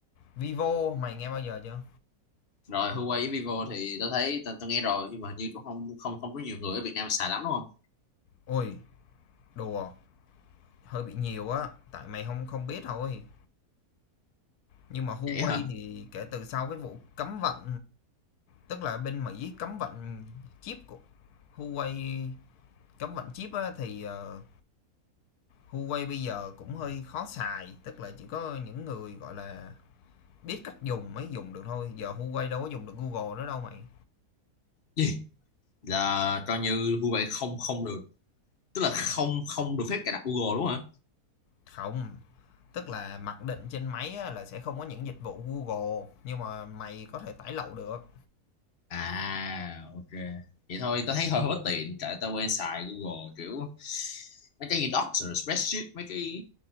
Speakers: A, on the left; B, on the left.
A: Vivo mày nghe bao giờ chưa
B: rồi Huawei với Vivo thì tao thấy tao, tao nghe rồi nhưng mà hình như cũng không không không có nhiều người ở Việt Nam xài lắm đúng không
A: ôi đùa hơi bị nhiều á tại mày không không biết thôi nhưng mà Huawei
B: vậy hả
A: thì kể từ sau cái vụ cấm vận tức là bên Mỹ cấm vận chip của Huawei cấm vận chip á, thì ờ, Huawei bây giờ cũng hơi khó xài, tức là chỉ có những người, gọi là, biết cách dùng mới dùng được thôi, giờ Huawei đâu có dùng được Google nữa đâu mày.
B: gì là cho như Huawei không không được tức là không không được phép cài đặt Google đúng không hả
A: Không, tức là mặc định trên máy là sẽ không có những dịch vụ Google, nhưng mà mày có thể tải lậu được.
B: à ok vậy thôi tao thấy hơi hơi bất tiện tại tao quen xài Google kiểu mấy cái gì Docs rồi spreadsheet mấy cái